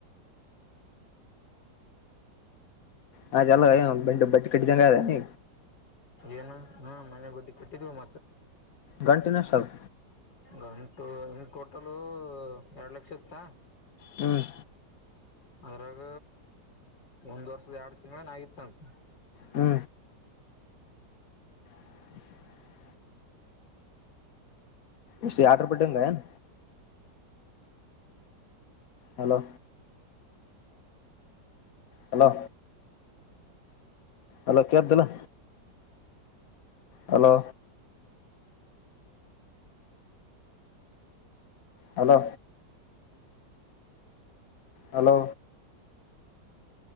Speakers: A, on the left; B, on the left.
A: ಹ ಚಲ್ಲ ಬ ಬಟ್ಟ ಕಟ್ಟಿದಂಗ ಅದ ನೀ
B: ಏನು ಹಾ ಮನೆ ಬಡ್ಡಿ ಕಟ್ಟಿದ್ವಿ ಮತ್ತ
A: ಗಂಟಿನ ಸರ್
B: ಗಂಟು ಇನ್ ಟೋಟಲ್ ಎರಡ್ ಲಕ್ಷ ಇತ್ತಾ
A: ಹ್ಮ್
B: ಅದ್ರಾಗ ಒಂದ್ ವರ್ಷದ ಎರಡ್ ತಿಂಗಳನ ಆಗಿತ್ತು ಅಂತ
A: ಹ್ಮ <inaudible> ಎಷ್ಟು ಎರಡರ ಬಡ್ಡಿ ಅಂಗೆನ್ ಹಲೋ ಹಲೋ ಅಲೋ ಕೇಳತಾದ ಇಲ್ಲು hello hello hello